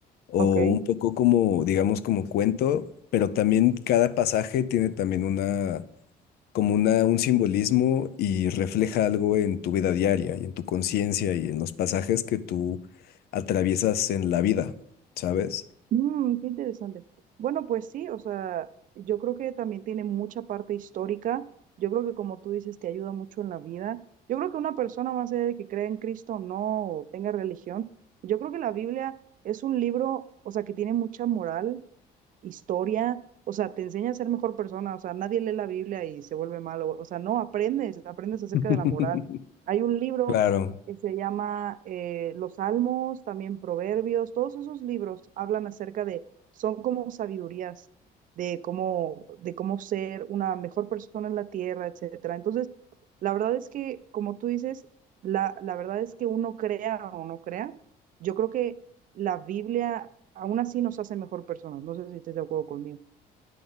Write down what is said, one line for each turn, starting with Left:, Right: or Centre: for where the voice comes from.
Left: o
Right: Ok.
Left: un poco como, digamos, como cuento, pero también cada pasaje tiene también una, como una, un simbolismo y refleja algo en tu vida diaria y en tu conciencia y en los pasajes que tú atraviesas en la vida, ¿sabes?
Right: Mm, qué interesante. Bueno, pues sí, o sea, yo creo que también tiene mucha parte histórica. Yo creo que como tú dices, te ayuda mucho en la vida. Yo creo que una persona más allá de que crea en Cristo o no, o tenga religión, yo creo que la Biblia es un libro, o sea, que tiene mucha moral historia, o sea, te enseña a ser mejor persona, o sea, nadie lee la Biblia y se vuelve malo, o sea, no, aprendes, aprendes acerca
Left: <laughs>
Right: de la moral. Hay un libro
Left: Claro.
Right: que se llama eh, Los Salmos, también Proverbios, todos esos libros hablan acerca de, son como sabidurías de cómo, de cómo ser una mejor persona en la tierra, etcétera. Entonces, la verdad es que, como tú dices, la, la verdad es que uno crea o no crea, yo creo que la Biblia aún así nos hace mejor personas. No sé si estés de acuerdo conmigo.